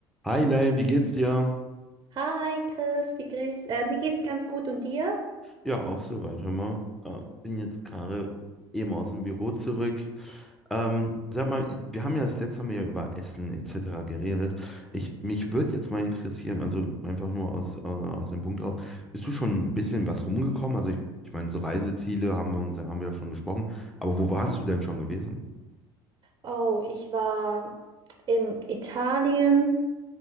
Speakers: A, in the centre; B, on the right.
A: Hi Lei, wie geht's dir?
B: Hi Chris, wie Chris, äh, mir geht's ganz gut und dir?
A: Ja, auch soweit, hör mal. Äh, bin jetzt gerade eben aus dem Büro zurück. Ähm, sag mal, wir haben ja das letzte Mal ja über Essen etc. geredet. Ich, mich würde jetzt mal interessieren, also einfach nur aus, äh, aus dem Punkt raus, bist du schon ein bisschen was rumgekommen? Also ich, ich meine, so Reiseziele haben wir uns, haben wir ja schon gesprochen, aber wo
B: Mhm.
A: warst du denn schon gewesen?
B: Oh, ich war in Italien,